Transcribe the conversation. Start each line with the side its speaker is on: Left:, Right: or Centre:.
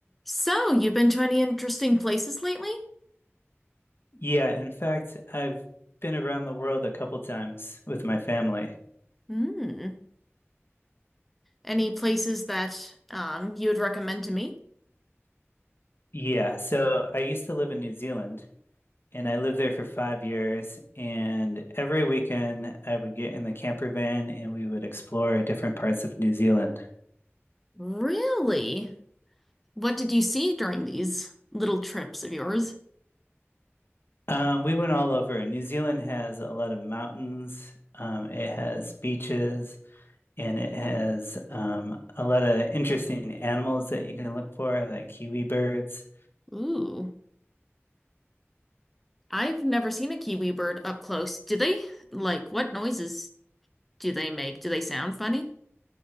Centre: So, you've been to any interesting places lately?
Left: Yeah, in fact, I've been around the world a couple times with my family.
Centre: Hmm. Any places that um you would recommend to me?
Left: Yeah, so I used to live in New Zealand and I lived there for five years. And every weekend I would get in the camper van and we would explore different parts of New Zealand.
Centre: Really? What did you see during these little trips of yours?
Left: Um, we went all over. New Zealand has a lot of mountains, um, it has beaches, and it has um, a lot of interesting animals that you can look for, like kiwi birds.
Centre: Ooh, I've never seen a kiwi bird up close. Do they, like, what noises do they make? Do they sound funny?